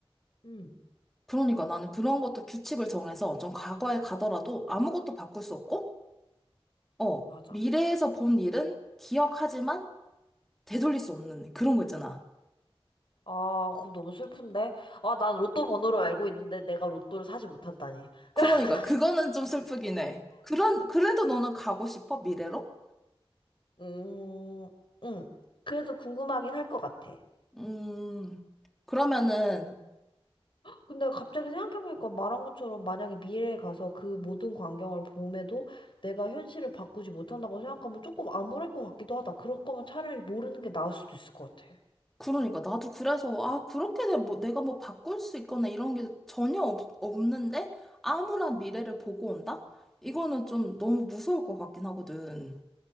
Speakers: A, on the left; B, in the centre.
A: 응,
B: 그러니까 나는 그런 것도 규칙을 정해서 좀 과거에 가더라도 아무것도 바꿀 수 없고, 어,
A: 맞아.
B: 미래에서 본 일은 기억하지만 되돌릴 수 없는 그런 거 있잖아.
A: 아, 그럼 너무 슬픈데? 아, 난 로또 번호를 알고 있는데 내가 로또를 사지 못한다니.
B: 그러니까
A: <laughs>
B: 그거는 좀 슬프긴 해. 그런, 그래도 너는 가고 싶어? 미래로?
A: 음, 응. 그래도 궁금하긴 할 것 같아.
B: 음, 그러면은,
A: 근데 갑자기 생각해보니까 말한 것처럼 만약에 미래에 가서 그 모든 광경을 봄에도 내가 현실을 바꾸지 못한다고 생각하면 조금 암울할 것 같기도 하다. 그럴 거면 차라리 모르는 게 나을 수도 있을 것 같아.
B: 그러니까 나도 그래서, 뭐, 아, 그렇게 내, 뭐, 내가 뭐 바꿀 수 있거나 이런 게 전혀 없, 없는데, 암울한 미래를 보고 온다? 이거는 좀 너무 무서울 것 같긴 하거든.